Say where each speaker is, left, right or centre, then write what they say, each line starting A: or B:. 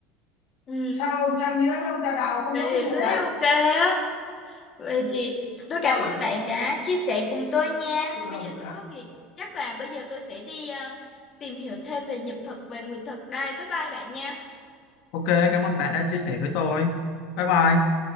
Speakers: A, on the left; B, on the left.
A: Ừ,
B: sao ông ông trang nghĩa với ông Trang đào không
A: vậy
B: có
A: thì
B: cái vụ
A: rất
B: đấy
A: ok á. Vậy thì tôi
B: mở
A: cảm ơn bạn đã chia sẻ cùng tôi nha.
B: rộng
A: Bây giờ tôi có việc, chắc là bây giờ tôi sẽ đi ờ, tìm hiểu thêm về nhật thực, về nguyệt thực đây. Bye bye bạn nha.
B: Ok, cảm ơn bạn đã chia sẻ với tôi. Bye bye.